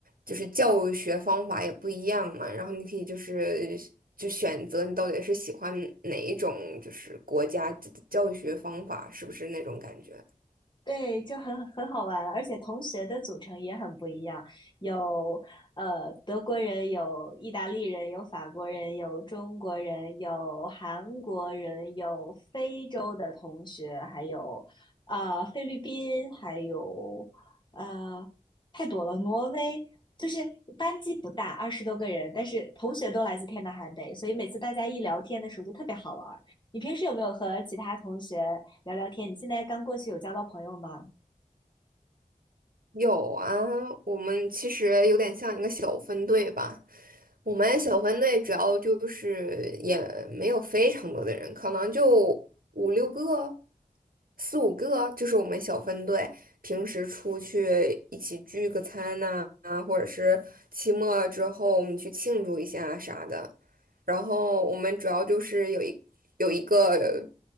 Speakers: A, on the right; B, on the left.
A: 就是教学方法也不一样嘛。然后你可以就是就选择你到底是喜欢哪一种，就是国家的教学方法，是不是那种感觉？
B: 对，就很很好玩，而且同学的组成也很不一样，有呃德国人，有意大利人，有法国人，有中国人，有韩国人，有非洲的同学，还有呃菲律宾，还有呃太多了，挪威，就是班级不大，二十多个人，但是同学都来自天南海北，所以每次大家一聊天的时候就特别好玩儿。你平时有没有和其他同学？聊聊天。你现在刚过去有交到朋友吗？
A: 有啊，我们其实有点像一个小分队吧。我们小分队主要就是也没有非常多的人，可能就五六个、四五个，就是我们小分队平时出去一起聚个餐呐、啊，或者是期末之后我们去庆祝一下啥的。然后我们主要就是有一有一个